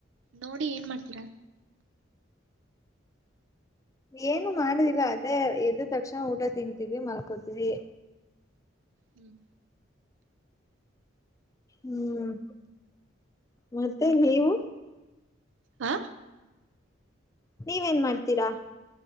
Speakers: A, on the right (about 80°); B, on the left (about 15°).
A: ನೋಡಿ ಏನ್ ಮಾಡ್ತೀರಾ
B: ಏನು ಮಾಡುದಿಲ್ಲ ಅದೇ ಎದ್ದ ತಕ್ಷಣ ಊಟ ತಿಂತೀವಿ ಮಲ್ಕೋತೀವಿ
A: ಹ್ಮ್
B: ಹ್ಮ್ ಮತ್ತೆ ನೀವು
A: ಹ್ಮ್ ಹ
B: ನೀವೇನ್ ಮಾಡ್ತೀರಾ <unintelligible>